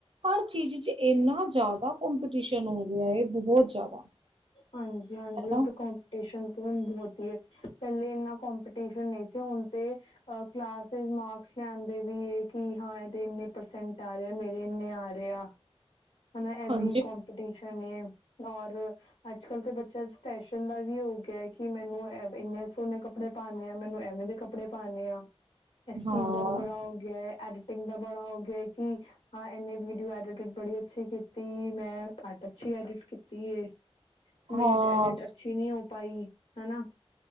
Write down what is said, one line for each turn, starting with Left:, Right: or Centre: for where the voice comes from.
Right: ਹਰ ਚੀਜ਼ ਚ ਇੰਨਾ ਜ਼ਿਆਦਾ ਕਪੀਟੀਸ਼ਨ ਹੋ ਗਿਆ ਹੈ ਬਹੁਤ ਜ਼ਿਆਦਾ
Left: ਹਾਂਜੀ-ਹਾਂਜੀ,
Right: ਹੈਨਾ
Left: ਇਹ ਤੇ ਕੋਂਪੀਟੀਸ਼ਨ ਹੁਨ ਬਹੁਤ ਹੀ ਆ ਪਹਿਲੇ, ਇਨਾ ਕਪੀਟੀਸਨ ਨਹੀਂ ਸੀ ਹੁਣ ਤੇ ਕਲਾਸ ਚ ਮਾਰਕਸ ਲਿਆਂਦੇ ਵੀ ਆ ਕਿ ਹਾਂ ਇਹਦੇ ਇਨੇ ਪਰਸੈਂਟ ਆ ਰੇ, ਮੇਰੇ ਇਨੇ ਆਰੇਆ। ਹੈਨਾ ਇਹ ਵੀ
Right: ਹਾਂਜੀ
Left: ਕਪੀਟੀਸ਼ਨ ਏ। ਔਰ ਅੱਜ-ਕੱਲ੍ਹ ਤਾਂ ਬੱਚਿਆਂ ਚ ਫੈਸ਼ਨ ਦਾ ਵੀ ਹੋ ਗਿਆ। ਕਿਹਾ ਕਿ ਮੈਨੂੰ ਇੰਨੇ ਸੋਨੇ ਕੱਪੜੇ ਪਾਉਂਦੇ ਆ ਮੈਨੂ ਏਵੇਂ ਦੇ ਕੱਪੜੇ ਪਾਨੇਆਾਂ। ਇਸ
Right: ਹਾਂ,
Left: ਚੀਜ਼ ਦਾ ਵੀ ਬੜਾ ਹੋ ਗਿਆ ਹੈ ਐ ਇਂਦਾ ਬੜਾ ਹੋ ਗਿਆ ਇੱਕ ਕਿ ਹਾਂ ਇੰਨੇ ਵੀਡੀਓ ਐਢਿ ਫਿਰ ਬੜਿ ਅੱਛੀ ਕੀਤੀ, ਮੈਂ ਘੱਟ ਅੱਛੀ ਐਡਿਟ ਕੀਤੀ ਏ। ਮੇਰੀ
Right: ਹਾਂ
Left: ਐ ਐਡਿਟ ਅੱਛੀ ਨਹੀ ਹੋ- ਪਾਈ ਹੈਨਾ।